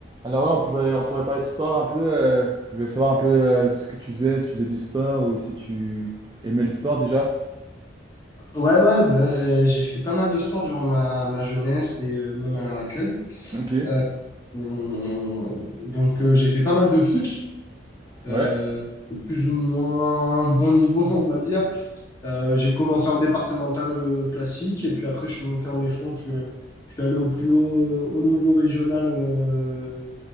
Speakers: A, on the right (about 20°); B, on the left (about 15°).
A: Alors ouais, on pouvait, on pourrait parler de sport un peu. euh, je voulais savoir un peu euh, ce que tu faisais, si tu faisais du sport ou si tu aimais le sport déjà.
B: Ouais, ouais, ben, j'ai fait pas mal de sport durant ma, ma jeunesse et euh, même à l'heure actuelle.
A: Ok,
B: Euh, on- donc, euh, j'ai fait pas mal de foot, euh,
A: ouais.
B: plus ou moins bon niveau, <laughs> on va dire. Euh, j'ai commencé en départemental euh, classique et puis après, je suis monté en échelon. Je, je suis allé au plus haut, euh, au niveau régional. euh,